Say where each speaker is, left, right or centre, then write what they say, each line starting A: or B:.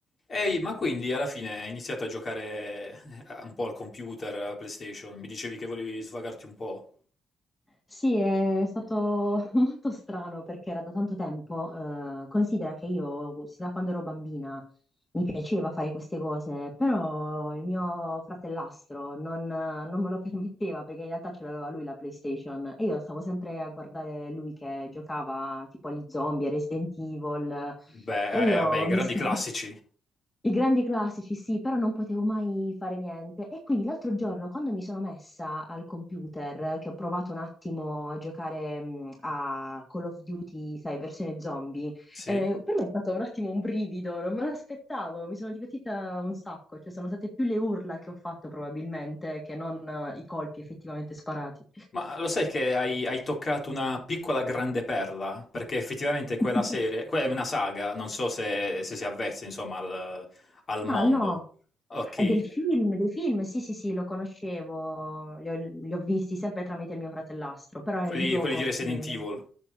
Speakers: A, on the left; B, on the left.
A: Ehi, ma quindi alla fine hai iniziato a giocare eh, un po' al computer, alla PlayStation? Mi dicevi che volevi svagarti un po'?
B: Sì, è stato <laughs> molto strano perché era da tanto tempo. eh, considera che io, sin da quando ero bambina, mi piaceva fare queste cose, però il mio fratellastro non, non me lo <laughs> permetteva perché in realtà ce l'aveva lui la PlayStation e io stavo sempre a guardare lui che giocava tipo agli zombie, a Resident Evil
A: Beh,
B: e io
A: eh, vabbè, i grandi
B: mi, <laughs>
A: classici,
B: I grandi classici, sì, però non potevo mai fare niente. E quindi l'altro giorno, quando mi sono messa al computer, che ho provato un attimo a giocare mh, a Call of Duty, sai, versione zombie,
A: sì?
B: eh, per me è stato un attimo un brivido, non me l'aspettavo, mi sono divertita un sacco, cioè sono state più le urla che ho fatto probabilmente che non eh, i colpi effettivamente sparati.
A: Ma lo sai che hai, hai toccato una piccola grande perla? Perché effettivamente
B: <laughs>
A: quella serie, quella è una saga, non so se, se si avvezza, insomma, al, al mondo.
B: Ah, no.
A: Ok,
B: Del film, dei film, sì, sì, sì, lo conoscevo, li ho, li ho visti sempre tramite il mio fratellastro, però
A: quelli,
B: era il gioco.
A: quelli di Resident
B: eh,
A: Evil.